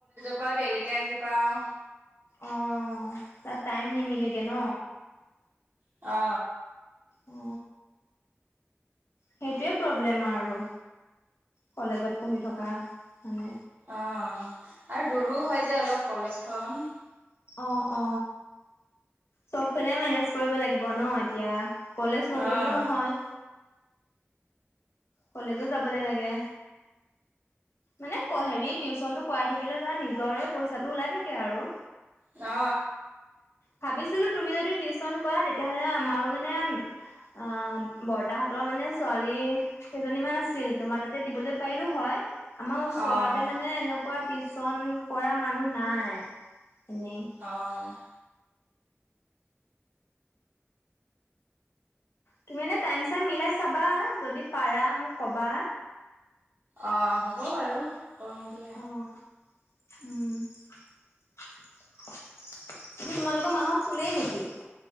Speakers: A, on the right; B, on the left.
A: পুৰা দেৰিকে আহি পাওঁ।
B: অ তা টাইম নিমিলেগে ন।
A: অ
B: অ সেইটোৱে প্ৰব্লেম আৰু। কলেজত পঢ়ি থকা মানে
A: অ আৰু দূৰো হয় যে অলপ কলেজখন।
B: অ অ, চবফালে মেনেজ কৰিব লাগিব ন এতিয়া। কলেজ
A: অ',
B: নগলেও নহয়। কলেজো যাবলে লাগে। মানে হেৰি টিউশচনটো কৰাই থাকিলে ধৰা নিজৰে পইচাটো ওলাই থাকে আৰু।
A: অ
B: ভাবিছিলোঁ তুমি যদি টিউচন কৰা তেতিয়াহ'লে আমাৰো মানে আ বৰ্তাহঁতৰ মানে ছোৱালী কেইজনী মান আছিল, তোমাৰ তাতে দিবলে পাৰিলোঁ হয়, আমাৰ ওচৰতে
A: অ',
B: মানে এনেকুৱা টিউচন কৰা মানুহ নাই, এনেই
A: অহ
B: তুমি এনেই টাইম-চাইম মিলাই চাবা যদি পাৰা মোক কবা।
A: অ হ'ব বাৰু কম দিয়া।
B: অ উম! আজি তোমালোকৰ মাহত শুলেই নেকি?